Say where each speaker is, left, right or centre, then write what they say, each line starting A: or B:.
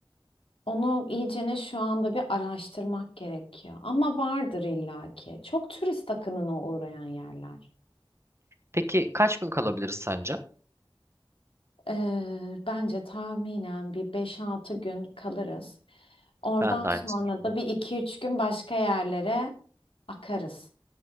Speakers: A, on the left (about 80°); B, on the right (about 30°).
A: Onu iyicene şu anda bir araştırmak gerekiyor. Ama vardır illaki. Çok turist akınına uğrayan yerler.
B: Peki kaç gün kalabiliriz sence?
A: Eee, bence tahminen bir beş-altı gün kalırız. Oradan
B: Ben de
A: sonra
B: aynısını düşündüm.
A: da bir iki üç gün başka yerlere akarız.